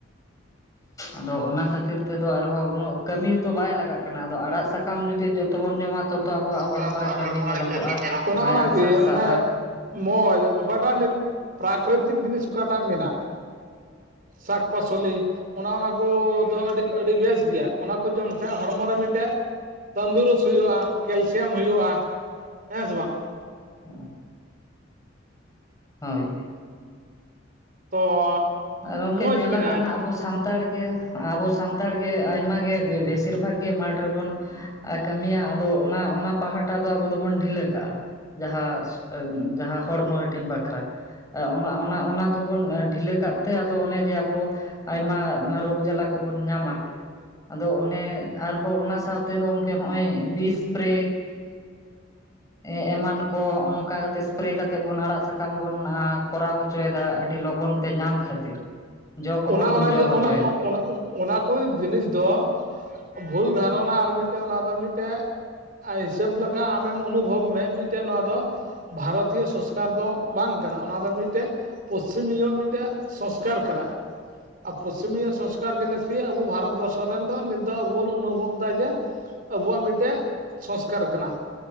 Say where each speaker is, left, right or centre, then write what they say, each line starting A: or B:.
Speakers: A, on the left (about 20°); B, on the right (about 45°).
A: ᱟᱫᱚ ᱚᱱᱟ ᱠᱷᱟᱹᱛᱤᱨ ᱛᱮᱫᱚ ᱟᱨᱦᱚᱸ ᱩᱱᱟᱹᱜ ᱠᱟᱹᱢᱤ ᱫᱚ ᱵᱟᱭ ᱞᱟᱜᱟᱜ ᱠᱟᱱᱟ ᱟᱫᱚ ᱟᱲᱟᱜ ᱥᱟᱠᱟᱢ ᱡᱩᱫᱤ ᱡᱚᱛᱚ ᱵᱚᱱ ᱡᱚᱢᱟ, ᱚᱱᱛᱚᱛᱚ ᱟᱵᱚᱣᱟᱜ
B: ᱛᱚᱛᱚ
A: ᱦᱚᱲᱢᱚ
B: ᱟᱵᱚᱣᱟᱜ
A: ᱨᱮ ᱠᱟᱹᱢᱤ
B: ᱦᱚᱲᱢᱚ
A: ᱧᱮᱞᱚᱜᱚᱜᱼᱟ
B: ᱨᱮ ᱠᱟᱹᱢᱤ ᱧᱮᱞᱚᱜ ᱚᱱᱟ
A: ᱢᱟᱭᱟᱝ
B: ᱚᱱᱟᱜᱮ
A: ᱥᱟᱨᱥᱟᱜᱼᱟ,
B: ᱚᱱᱮ ᱢᱚᱡᱽ ᱚᱠᱟᱴᱟᱜ ᱱᱤᱛ ᱯᱨᱟᱠᱨᱤᱛᱤᱠ ᱡᱤᱱᱤᱥ ᱚᱠᱟᱴᱟᱜ ᱢᱮᱱᱟᱜ ᱥᱟᱠ ᱯᱳᱥᱳᱞᱤ ᱚᱱᱟ ᱚᱱᱟ ᱠᱚ ᱫᱚ ᱟᱹᱰᱤ ᱟᱹᱰᱤ ᱵᱮᱥ ᱜᱮᱭᱟ ᱚᱱᱟ ᱠᱚ ᱡᱚᱢ ᱞᱮᱠᱷᱟᱱᱡ ᱦᱚᱲᱢᱚ ᱨᱮ ᱢᱤᱫᱴᱮᱡ, ᱛᱚᱱᱫᱩᱨᱥ ᱦᱩᱭᱩᱜᱼᱟ ᱠᱮᱞᱥᱤᱭᱟᱢ ᱦᱩᱭᱩᱜᱼᱟ ᱦᱮᱸ ᱥᱮ ᱵᱟᱝ,
A: ᱟᱨᱪᱷᱟ ᱦᱳᱭ
B: ᱛᱚ
A: ᱟᱨ ᱜᱚᱝᱠᱮ
B: ᱢᱚᱡᱽ
A: ᱧᱮᱞᱟ
B: ᱢᱮᱱᱟᱜᱼᱟ
A: ᱟᱠᱟᱱᱟ ᱟᱵᱚ ᱥᱟᱱ ᱛᱟᱲ ᱜᱮ ᱟᱵᱚ ᱥᱟᱱᱛᱟᱲ ᱜᱮ ᱟᱭᱢᱟ ᱜᱮ ᱵᱮᱥᱤᱨ ᱵᱷᱟᱜᱽ ᱜᱮ ᱢᱟᱴᱷ ᱨᱮᱵᱚᱱ ᱟ ᱠᱟᱹᱢᱤᱭᱟ ᱟᱫᱚ ᱚᱱᱟ ᱚᱱᱟ ᱯᱟᱦᱴᱟ ᱫᱚ ᱟᱵᱚ ᱫᱚᱵᱚᱱ ᱰᱷᱤᱞᱟᱹ ᱠᱟᱜᱼᱟ ᱡᱟᱦᱟᱸ ᱡᱟᱦᱟᱸ ᱦᱚᱲᱢᱚ ᱦᱟᱹᱴᱤᱧ ᱵᱟᱠᱷᱨᱟ ᱟ ᱚᱱᱟ ᱚᱱᱟ ᱚᱱᱟ ᱫᱚᱵᱚᱱ ᱰᱷᱤᱞᱟᱹ ᱠᱟᱜ ᱛᱮ ᱟᱫᱚ ᱚᱱᱮ ᱡᱮ ᱟᱵᱚ ᱟᱭᱢᱟ ᱨᱳᱜᱽ ᱡᱟᱞᱟ ᱠᱚᱵᱚᱱ ᱧᱟᱢᱟ ᱟᱫᱚ ᱚᱱᱮ ᱟᱨᱦᱚᱸ ᱚᱱᱟ ᱥᱟᱶᱛᱮᱦᱚᱸ ᱜᱚᱝᱠᱮ ᱦᱚᱸᱜᱼᱚᱭ ᱵᱤᱥ ᱯᱮᱨᱮ ᱮ ᱮᱢᱟᱱ ᱠᱚ ᱱᱚᱝᱠᱟ ᱠᱟᱛᱮ ᱮᱥᱯᱨᱮ ᱠᱟᱛᱮ ᱵᱚᱱ ᱟᱲᱟᱜ ᱥᱟᱠ ᱠᱟᱢ ᱵᱚᱱ ᱟ ᱠᱚᱨᱟᱣ ᱦᱚᱪᱚᱭᱮᱫᱟ ᱟᱹᱰᱤ ᱞᱚᱜᱚᱱ ᱛᱮ ᱧᱟᱢ ᱠᱷᱟᱹᱛᱤᱨ ᱡᱚ ᱠᱚᱦᱚᱸ
B: ᱚᱱᱟ
A: ᱵᱚᱱ
B: ᱚᱱᱟ
A: ᱡᱚ
B: ᱡᱮ
A: ᱦᱚᱪᱚᱭᱮᱫᱟ
B: ᱚᱱᱟ ᱚᱜ ᱚᱱᱟ ᱚᱜ ᱚᱱᱟᱠᱚ ᱡᱤᱱᱤᱥ ᱫᱚ ᱵᱷᱩᱞ ᱫᱷᱟᱨᱚᱱᱟ ᱟᱨ ᱢᱤᱫᱴᱮᱜ ᱚᱱᱟ ᱫᱚ ᱢᱤᱫᱴᱮᱜ ᱦᱤᱥᱟᱹᱵ ᱞᱮᱠᱟ ᱟᱢᱮᱢ ᱚᱱᱩᱵᱷᱚᱵᱽ ᱢᱮ ᱢᱤᱫᱴᱮᱡ ᱱᱚᱣᱟ ᱫᱚ ᱵᱷᱟᱨᱚᱛᱤᱭᱚ ᱥᱚᱥᱠᱟᱨ ᱫᱚ ᱵᱟᱝ ᱠᱟᱱᱟ ᱚᱱᱟ ᱫᱚ ᱢᱤᱫᱴᱮᱜ ᱯᱚᱥᱪᱤᱢᱤᱭᱚ ᱢᱤᱫᱴᱮᱜ ᱥᱚᱝᱥᱠᱟᱨ ᱠᱟᱱᱟ ᱟ ᱯᱚᱥᱪᱤᱢᱤᱭᱟᱹ ᱥᱚᱥᱠᱟᱨ ᱡᱤᱱᱤᱥ ᱜᱮ ᱟᱵᱚ ᱵᱷᱟᱨᱚᱛ ᱵᱚᱨᱥᱚ ᱨᱮᱱ ᱫᱚ ᱱᱤᱛ ᱫᱚ ᱟᱵᱚ ᱵᱚᱱ ᱚᱱᱩᱵᱷᱚᱵᱽ ᱫᱟ ᱡᱮ ᱟᱵᱩᱣᱟᱜ ᱢᱤᱫᱴᱮᱜ ᱥᱚᱥᱠᱟᱨ ᱠᱟᱱᱟ